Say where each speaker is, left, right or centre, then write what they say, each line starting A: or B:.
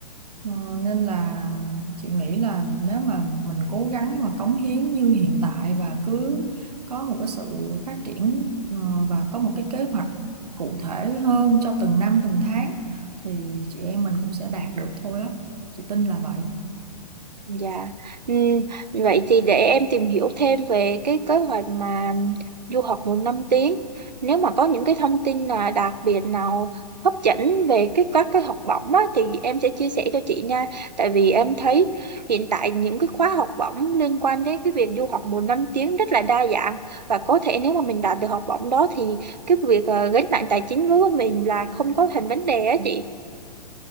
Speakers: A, on the right; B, on the right.
A: Ờ, nên là chị nghĩ là nếu mà mình cố gắng và cống hiến như hiện tại và cứ có một cái sự phát triển ờ, và có một cái kế hoạch cụ thể hơn cho từng năm từng tháng thì chị em mình cũng sẽ đạt được thôi á chị tin là vậy
B: Dạ, Ừm, vậy thì để em tìm hiểu thêm về cái kế hoạch mà du học một năm tiếng. Nếu mà có những cái thông tin là đặc biệt nào hấp dẫn về cái các cái học bổng á, thì em sẽ chia sẻ cho chị nha. Tại vì em thấy hiện tại những cái khóa học bổng liên quan đến cái việc du học một năm tiếng rất là đa dạng và có thể nếu mà mình đạt được học bổng đó thì cái việc ờ, gánh nặng tài chính đối với mình là không có thành vấn đề á chị.